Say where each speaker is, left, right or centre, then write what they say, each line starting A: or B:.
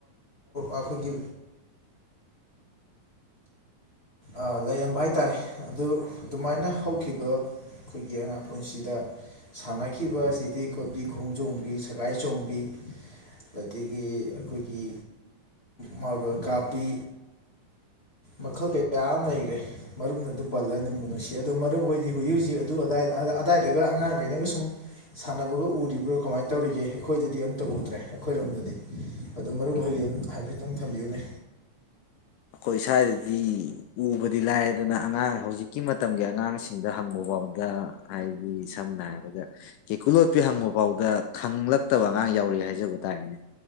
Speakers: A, on the left; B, on the left.
A: ꯑꯩꯈꯣꯏꯒꯤ ꯑ ꯂꯩꯔꯝꯕ ꯍꯥꯏ ꯇꯥꯔꯦ ꯑꯗꯨ ꯑꯗꯨꯃꯥꯏꯅ ꯍꯧꯈꯤꯕ ꯑꯩꯈꯣꯏꯒꯤ ꯑꯉꯥꯡ ꯄꯨꯟꯁꯤꯗ ꯁꯥꯟꯅꯈꯤꯕ ꯆꯤꯊꯤ ꯀꯣꯠꯄꯤ ꯈꯣꯡꯖꯣꯝꯕꯤ ꯁꯒꯥꯏ ꯆꯣꯡꯕꯤ ꯑꯗꯒꯤ ꯑꯩꯈꯣꯏꯒꯤ ꯃꯥꯔꯕꯜ ꯀꯥꯞꯄꯤ ꯃꯈꯜ ꯀꯌꯥ ꯑꯃ ꯂꯩꯈꯔꯦ ꯃꯔꯨꯞꯅ ꯑꯗꯨ ꯄꯜꯂ ꯅꯤꯡꯪꯕꯨ ꯅꯨꯡꯁꯤ ꯑꯣ ꯃꯔꯨꯞ ꯍꯣꯏꯗꯤ ꯍꯧꯖꯤꯛ ꯍꯧꯖꯤꯛ ꯑꯗꯨꯏ ꯑꯗꯥꯏꯗꯒ ꯑꯉꯥꯡꯈꯩꯅꯒ ꯁꯨꯝ ꯁꯥꯟꯅꯕꯒ ꯎꯔꯤꯕ꯭ꯔꯣ ꯀꯃꯥꯏꯅ ꯇꯧꯔꯤꯒꯦ ꯑꯩꯈꯣꯏꯗꯗꯤ ꯑꯝꯇ ꯎꯗ꯭ꯔꯦ ꯑꯩꯈꯣꯏꯔꯣꯝꯗꯗꯤ ꯑꯗꯨꯗꯣ ꯃꯔꯨꯞ ꯃꯈꯩꯒꯤ ꯑꯗꯨꯝ ꯍꯥꯏꯐꯦꯠꯇꯪ ꯊꯝꯕꯤꯌꯨꯅꯦ
B: ꯑꯩꯈꯣꯏ ꯁ꯭ꯋꯥꯏꯗꯗꯤ ꯎꯕꯗꯤ ꯂꯥꯏꯌꯦꯗꯅ ꯑꯉꯥꯡ ꯍꯧꯖꯤꯛꯀꯤ ꯃꯇꯝꯒꯤ ꯑꯉꯥꯡꯁꯤꯡꯗ ꯍꯪꯕ ꯐꯥꯎꯗ ꯑꯩꯗꯤ ꯁꯝꯅ ꯍꯥꯏꯔꯕꯗ ꯀꯦꯀꯨ ꯂꯣꯠꯄꯤ ꯍꯪꯕ ꯐꯥꯎꯗ ꯈꯪꯂꯛꯇꯕ ꯑꯉꯥꯡ ꯌꯥꯎꯔꯤ ꯍꯥꯏꯖꯕ ꯇꯥꯔꯦꯅꯦ